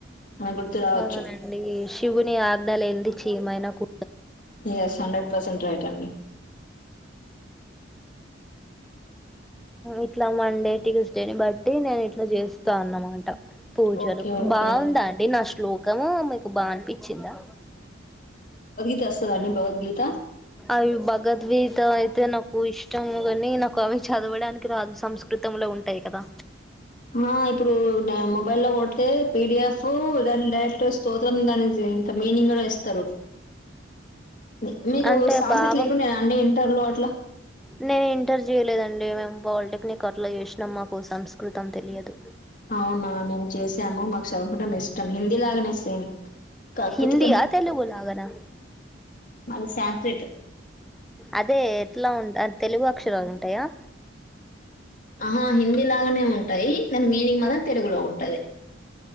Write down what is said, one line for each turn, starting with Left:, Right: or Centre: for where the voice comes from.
Left: మన గుర్తు రావచ్చు
Centre: అవునండి శివుని ఆజ్ఞలు ఎంది ఎమైన కు
Left: ఎస్ హండ్రెడ్ పర్సెట్ రైట్ అండి
Centre: ఇట్లా మండే ట్యూస్డేని బట్టి నేను ఇట్లా చేస్తా అనమాట పూజలు
Left: ఓకే ఓకే
Centre: బాగుందా అండి నా శ్లోకము మీకు బా అనిపిచిందా
Left: వస్తది అండి భవద్గీత
Centre: అవి భగద్గీత అయితే నాకు ఇష్టము కాని నాకు అవి చదవడానికి రాదు సంస్కృతంలో ఉంటాయి కదా
Left: ఆ ఇప్పుడు మొబైల్ లో కొడితే పిడిఎఫ్ దాని డైరెక్ట్ స్తోత్రం దాని ఇంత మీనింగ్ కూడా ఇస్తారు మి-మీకు
Centre: అంటే
Left: సార్స్
Centre: భావం
Left: గిట్ల లేకుండేన అండి ఇంటర్ లో అట్ల
Centre: నేను ఇంటర్ చేయలేదండి మేము పాలిటెక్నిక్ అట్ల చేసినాం మాకు సంస్కృతం తెలియదు
Left: అవునా మేము చేసాము మాకు చదుకటం ఇష్టం హిందీ లాగానే సేమ్ కాకపోతే
Centre: హిందీ ఆ తెలుగులాగానా
Left: మన సాంస్క్రిట్
Centre: అదే ఎట్లా ఉంట అంటే తెలుగు అక్షర ఉంటాయా
Left: ఆహా హిందీ లాగానే ఉంటాయి దాని మీనింగ్ మాత్రం తెలుగులో ఉంటది